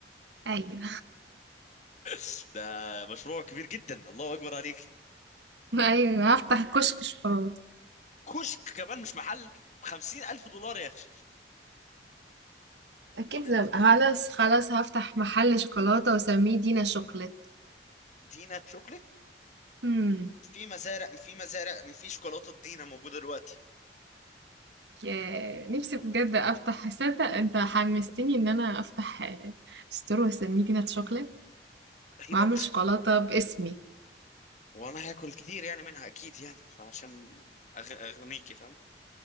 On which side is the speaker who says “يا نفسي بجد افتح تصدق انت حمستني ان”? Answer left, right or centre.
Right